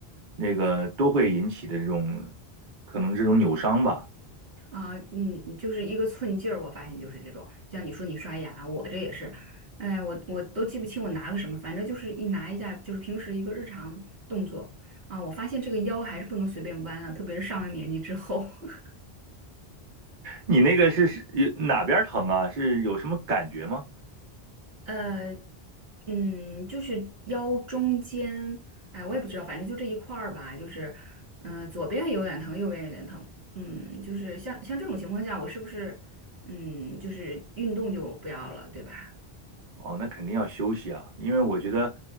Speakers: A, on the right; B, on the right.
A: 那个都会引起的这种可能这种扭伤吧。
B: 啊，嗯，就是一个寸劲儿，我发现就是这种。像你说你刷牙，我这也是，哎，我我都记不清我拿个什么，反正就是一拿一下，就是平时一个日常动作啊，我发现这个腰还是不能随便弯啊，特别是上了年纪之后。<laughs>
A: 你那个是是有哪边儿疼啊？是有什么感觉吗？
B: 呃，嗯，就是腰中间，哎，我也不知道，反正就这一块儿吧，就是，嗯、左边有点疼，右边有点疼，嗯，就是像像这种情况下，我是不是，嗯，就是运动就不要了，对吧？
A: 哦，那肯定要休息啊，因为我觉得